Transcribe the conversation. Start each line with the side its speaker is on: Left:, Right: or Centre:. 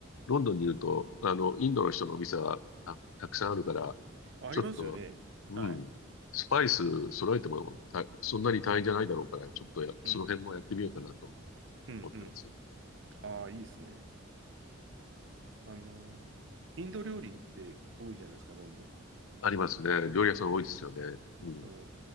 Left: ロンドンにいると、あの、インドの人のお店はた、たくさんあるから、
Right: ありますよね。
Left: ちょっと、うん。
Right: はい。
Left: スパイス揃えてもたそんなに大変じゃないだろうから、
Right: うん、
Left: ちょっとや、その辺もやってみようかなと
Right: うん、うん、うん、
Left: 思ってます。
Right: うん。ああ、いいっすね。あの、インド料理って多いじゃないですか、ロンドン。
Left: ありますね。料理屋さん多いですよね。うん。
Right: あの、